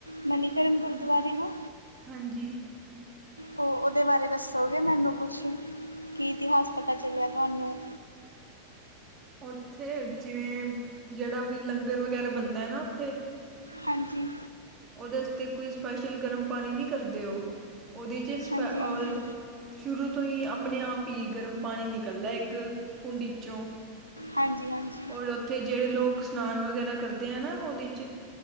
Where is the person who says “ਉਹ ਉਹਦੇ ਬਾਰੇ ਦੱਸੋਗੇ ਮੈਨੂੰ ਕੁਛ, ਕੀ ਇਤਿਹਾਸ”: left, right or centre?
Left